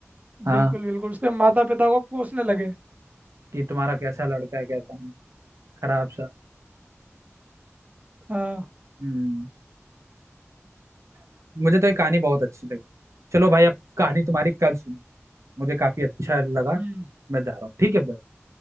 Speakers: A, on the right (about 80°); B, on the right (about 30°).
A: हाँ
B: बिल्कुल बिल्कुल उसके माता पिता को कोसने लगे
A: कि तुम्हारा कैसा लड़का है कैसा नहीं खराब सा
B: हाँ
A: हम्म मुझे तो ये कहानी बहुत अच्छी लगी चलो भाई अब कहानी तुम्हारी कल सुनो मुझे काफी अच्छा लगा
B: हम्म
A: मैं जा रहा हूँ ठीक है भाई